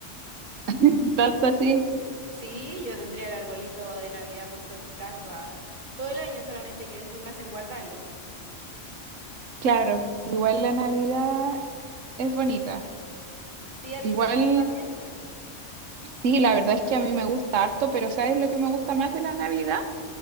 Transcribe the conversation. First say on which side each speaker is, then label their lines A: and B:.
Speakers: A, on the right; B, on the right.
A: <laughs> tanto así.
B: Sí, yo tendría el arbolito de Navidad puesto en mi casa todo el año, solamente que después me hacen guardarlo.
A: Claro, igual la Navidad es bonita.
B: Sí, ¿a ti
A: Igual,
B: te gusta también?
A: sí, la verdad es que a mí me gusta harto, pero ¿sabes lo que me gusta más de la Navidad?